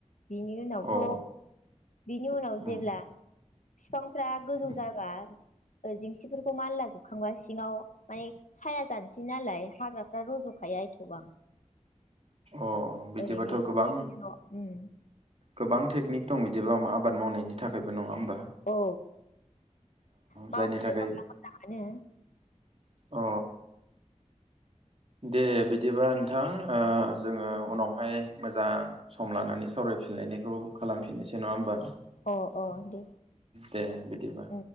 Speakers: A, on the left (about 80°); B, on the right (about 55°).
A: बिनि उनावथ
B: अ
A: बिनि उनाव
B: उम
A: जेब्ला बिफांफ्रा गोजौ
B: उम
A: जाबा ओ जेंसिफोरखौ मालला जोबखांब्ला सिङाव माएख साया जानोसै नालाय हाग्राफ्रा रजखाया एथबां।
B: अ बिदिबाथ'
A: ओरैनो एसेल
B: गोबां
A: ओम।
B: गोबां टेकनिक दं बिदिबा आबाद मावनायनि थाखायबो नङा होम
A: औ मावनो
B: जायनि थाखाय
A: रोङोब्ला मोजाङानो
B: अ दे बिदिबा थां जोङो उनाव हाय मोजां सम लानानै सावरायफिनलायनायखौ खालामफिननोसै <unintelligible> नङा होमबा
A: अ अ दे
B: दे बिदिबा
A: उम